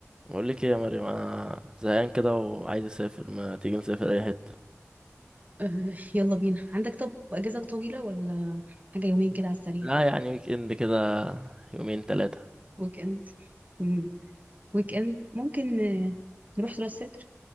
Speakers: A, on the right; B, on the right.
A: بقول لك ايه يا مريم انا زهقان كده وعايز اسافر ما تيجي نسافر اي حته
B: أه، يلا بينا عندك طب اجازه طويله ولا حاجه يومين كده على السريع
A: لا يعني ويك اند كده يومين ثلاثه
B: ويك اند مم. ويك اند ممكن أه، نروح راس سدر